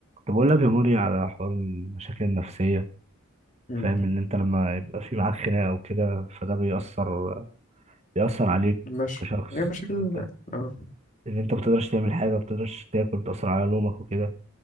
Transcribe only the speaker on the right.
طب اقول لك يا موري على حوار المشاكل النفسية
فاهم ان انت لما يبقى في معاك خناقة وكده فده بيأثر بيأثر عليك
كشخص
ان انت
ان انت بتقدرش تعمل حاجة بتقدرش تاكل بتأثر على نومك وكده